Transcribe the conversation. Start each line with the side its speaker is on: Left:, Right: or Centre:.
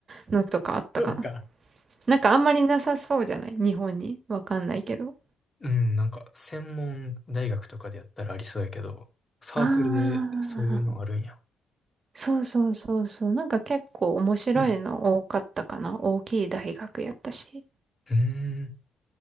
Right: のとかあったかな。
Left: そうか。
Right: なんかあんまりなさそうじゃない日本に。わかんないけど。
Left: うん、なんか専門大学とかでやったらありそうやけど、サークルでそういうのあるんや。
Right: ああ、そうそうそうそう。なんか結構面白いの多かったかな。
Left: うん。
Right: 大きい大学やったし。
Left: うーん。